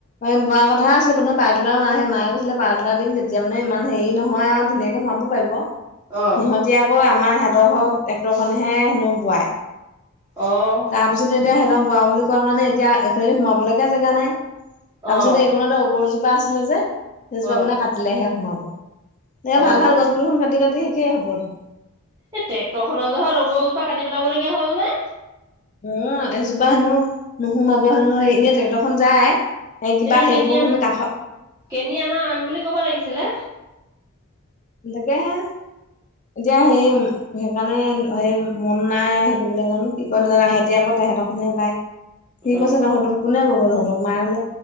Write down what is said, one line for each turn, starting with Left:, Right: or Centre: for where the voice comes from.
Left: বোৱাৰ কথা আছিলে প্ৰথমে পাৰতলাৰ ম সেই মায়ে কৈছিলে পাৰতলা দিম তেয়া এতিয়া মানে ইমান হেৰি নহয় আৰু ধুনীয়াকে সোমাব পাৰিব
Right: অ',
Left: সিহঁতি অকৌ আমাৰ হিঁতৰ ট্ৰেক্টৰ খনেহে হেনো বোৱাই।
Right: অ',
Left: তাৰ পিছতে এতি সহতক বৰাওঁ বুলি কোৱা কাৰণে এতিয়া এইফালে সোমাব লগগীয়া জেগা নাই তাৰপিছতে
Right: অ',
Left: এইখনণতে গৰজোপা আছিলে যে সেইজোপা
Right: অ',
Left: মানে কাটিলেহে সোমাব এ
Right: অ'।
Left: ভাল ভাল গছবোৰ কাটি কাটি শেষে হ'ব আৰু।
Right: এই ট্ৰেক্টৰ খনৰ জহ ৰৰজোপা কাটি পেলাবলগীয়া হ'ল নে?
Left: উম এজোবাহনো নুহু মাব হনো আহেই এনে ট্ৰেক্টৰ খন যায় সেই
Right: তেতিয়া
Left: কিবা
Right: কেনি
Left: সেইবোৰ
Right: আনা
Left: কিন্তু কাষত
Right: কেনি আনা আন বুলি ক'ব লাগিছিলে
Left: এ তাকে হে। এতিয়া হে সেইকাৰণে হে মন নাই সিব জানো কি কয় নাজানোতি আকৌ তাহেঁকোনে পাই ঠিক
Right: অ
Left: আছে তহঁ তো কোনে বগহঁ ক মায়ে বোলে